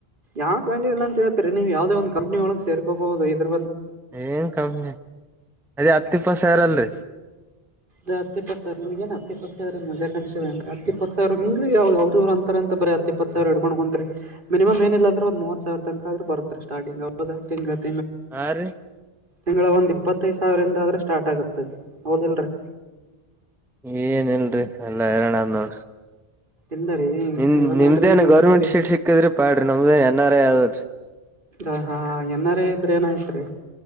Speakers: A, on the right; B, in the centre.
A: ಯಾಕ್ ವ್ಯಾಲ್ಯೂ ಇಲ್ಲ ಅಂತ ಹೇಳ್ತರಿ ನೀವು್ ಯಾವ್ದ ಒಂದು ಕಂಪನ ಒಳ ಸೇಕೋಬಹ ಇದ್ರ
B: ಏನ್ ಕಮ್ಮಿ ಅದೇ ಹತ್ತುಪ್ಪ ಸಾರಲ್ರಿ
A: ಅ ಹತ್ತಿಪ್ಪತ್ ಸಾವರ ನಿಮ್ ಏನು ಹತ್ತಪ್ಪತ್ ಸಾವಿರ ಮಜಾ ಕಾಣ್ಿವೇ ಅಂತ ಅತ್ತಪ್ಪತ್ ಸಾವರಂಗಾವ ಅವ್ರರುವ್ ಅಂತಾರ ಅಂತ ಬರ ಇಪ್ಪತ್ ಸಾವರಡ್ಕೊಂಡ ಕುಂತತ್ರಿ ಮಿನಿಮ್ ಏನಿಲ್ಲ ಅಂದ್ರ ಒಂದ ಮೂವ ಸಾವಿರ ತನಕ ಆದ್ರ ಬರ್ತ್ೀ ಸ್ಟಾರ್ಟಿಂಗ್ದ
B: ಹಾ ರಿ
A: ತಿಂಗಳ ಒಂದ್ ಇಪ್ಪತ್ತೈದು ಸಾವಿರಿಂದ ಆದ್ರೆ ಸ್ಟಾರ್ಟ್ ಆಗತ್ತ ಹೌದಲ್ರಿ
B: ಏನ ಇಲ್ರಿ ಎಲ್ಲಾ ಹೈರಣ್ ನೋಡ್ರಿ
A: ಇಲ್ಲ ರೀ
B: ನಿಮ್
A: ಇವ
B: ನಿಮ್ದೇನ್
A: ನೋಡ್ರಿ ನೀವ್
B: ಗೌರ್ಮೆಂಟ್
A: ಅಂತ್ರಿ
B: ಶೀಟ್ ಸಿಕ್ಕಿದ್ರಿ ಪಾಡ್ರಿಮ್ದೇನ್ ಎನ್ ಆರ್ ಐ ಆದದ್ರೀ
A: ಅ ಹಾ ಎನ ಆರ್ ಐ ಇದ್ರೆ ಏನಾಯ್ತ್ರಿ